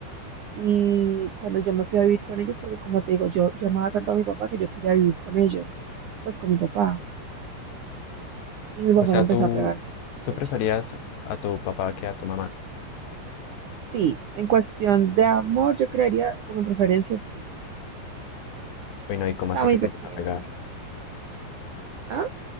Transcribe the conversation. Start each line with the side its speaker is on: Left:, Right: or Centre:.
Right: Y cuando yo me fui a vivir con ellos, porque como te digo, yo, yo amaba tanto a mi papá que yo quería vivir con ellos, pues con mi papá. Y mi
Left: O
Right: papá
Left: sea,
Right: me empezó
Left: tú,
Right: a pegar por, por
Left: tú
Right: ella.
Left: preferías a tu papá que a tu mamá.
Right: Sí, en cuestión de amor, yo creería como en preferencia, sí.
Left: Uy, no, ¿y cómo
Right: Está
Left: así
Right: muy
Left: que te
Right: pequeño.
Left: empezó a pegar?
Right: ¿Ah?